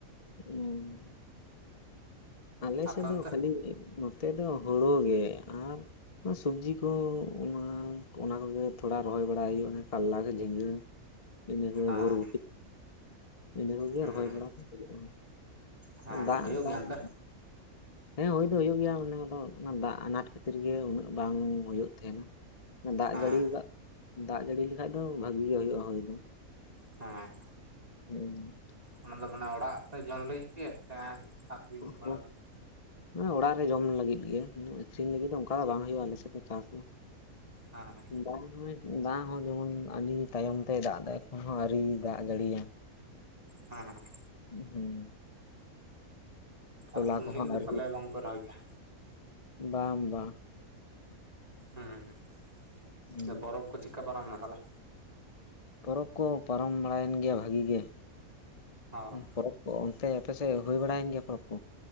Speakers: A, on the left; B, on the right.
A: ᱦᱩᱸ ᱟᱞᱮ
B: ᱟᱯᱮ
A: ᱥᱮᱫ ᱫᱚ
B: ᱚᱱᱛᱮ
A: ᱠᱷᱟᱹᱞᱤ ᱱᱚᱛᱮ ᱫᱚ ᱦᱩᱲᱩᱜ ᱜᱮ ᱟᱨ ᱚᱱᱟ ᱥᱚᱵᱡᱤ ᱠᱚ ᱚᱱᱟ ᱚᱱᱟ ᱠᱚ ᱜᱮ ᱛᱷᱚᱲᱟ ᱨᱚᱦᱚᱭ ᱵᱟᱲᱟᱭ ᱦᱩᱭᱩᱜᱼᱟ ᱠᱟᱞᱞᱟ ᱥᱮ ᱡᱷᱤᱸᱜᱟᱹ
B: <inaudible>
A: <unintelligible>
B: ᱦᱮᱸ
A: ᱤᱱᱟᱹ ᱠᱚᱜᱮ
B: ᱦᱮᱸ
A: ᱨᱚᱦᱚᱭ ᱵᱟᱲᱟ ᱠᱚ ᱦᱩᱭᱩᱜᱼᱟ᱾
B: ᱦᱮᱸ
A: ᱫᱟᱜ
B: ᱦᱩᱭᱩᱜ
A: <unintelligible>
B: ᱜᱮᱭᱟ ᱚᱱᱛᱮ
A: ᱦᱮᱸ ᱦᱩᱭ ᱫᱚ ᱦᱩᱭᱩᱜ ᱜᱮᱭᱟ ᱟᱱᱮ ᱫᱟᱜ ᱟᱱᱟᱴ ᱠᱷᱟᱹᱛᱤᱨ ᱜᱮ ᱩᱱᱟᱹᱜ ᱵᱟᱝ ᱦᱩᱭᱩᱜ ᱛᱟᱦᱮᱸᱱᱟ᱾ ᱫᱟᱜ
B: ᱦᱮᱸ
A: ᱡᱟᱹᱲᱤ ᱫᱟᱜ ᱡᱟᱹᱲᱤ ᱞᱮᱠᱷᱟᱡ ᱫᱚ ᱵᱷᱟᱜᱤ ᱜᱮ ᱦᱩᱭᱩᱜᱼᱟ ᱦᱳᱭ ᱫᱚ
B: ᱦᱮᱸ
A: ᱦᱮᱸ
B: ᱚᱱᱟ ᱫᱚ ᱢᱟᱱᱮ ᱚᱲᱟᱜ ᱛᱮ ᱡᱚᱢ ᱞᱟᱹᱜᱤᱫ ᱜᱮ? <unintelligible>
A: <unintelligible>
B: ᱞᱟᱹᱜᱤᱫ
A: ᱮᱸ ᱚᱲᱟᱜ ᱨᱮ ᱡᱚᱢ ᱞᱟᱹᱜᱤᱫ ᱜᱮ ᱟᱠᱷᱨᱤᱧ ᱞᱟᱹᱜᱤᱫ ᱫᱚ ᱚᱱᱠᱟ ᱫᱚ ᱵᱟᱝ ᱦᱳᱭᱳᱜ-ᱟ ᱟᱞᱮ ᱥᱮᱫ ᱫᱚ ᱪᱟᱥ ᱫᱚ᱾
B: ᱦᱮᱸᱻ
A: ᱫᱟᱜ ᱦᱚᱸ ᱫᱟᱜ ᱦᱚᱸ ᱡᱮᱢᱚᱱ ᱟᱹᱰᱤ ᱛᱟᱭᱚᱢ ᱛᱮ ᱫᱟᱜ ᱮᱫᱟ ᱮᱠᱷᱚᱱ ᱦᱚᱸ ᱟᱹᱣᱨᱤ ᱫᱟᱜ ᱡᱟᱹᱲᱤᱭᱟ
B: ᱦᱮᱸ
A: ᱦᱩᱸ ᱛᱚᱞᱟ
B: ᱟᱠᱷᱨᱤᱧ
A: ᱠᱚᱦᱚᱸ
B: ᱞᱟᱹᱜᱤᱫ ᱫᱚ
A: ᱟᱹᱣᱨᱤ
B: ᱛᱟᱦᱚᱞᱮ ᱵᱟᱝ ᱯᱮ ᱨᱚᱦᱚᱭ ᱜᱮᱭᱟ?
A: ᱵᱟᱝ ᱵᱟᱝ
B: ᱦᱮᱸ ᱦᱮᱸ
A: ᱦᱩᱸ
B: ᱟᱫᱚ ᱯᱚᱨᱚᱵᱽ ᱠᱚ ᱪᱮᱫᱠᱟ ᱯᱟᱨᱚᱢᱱᱟ ᱛᱟᱞᱦᱮ?
A: ᱯᱚᱨᱚᱵᱽ ᱠᱚ ᱯᱟᱨᱚᱢ ᱵᱟᱲᱟᱭ ᱮᱱ ᱜᱮᱭᱟ ᱵᱷᱟᱹᱜᱤ ᱜᱮ,
B: ᱚ
A: ᱯᱚᱨᱚᱵᱽ ᱚᱱᱛᱮ ᱟᱯᱮ ᱥᱮᱫ ᱦᱩᱭ ᱵᱟᱲᱟᱭᱮᱱ ᱜᱮᱭᱟ ᱯᱚᱨᱚᱵᱽ ᱠᱚ?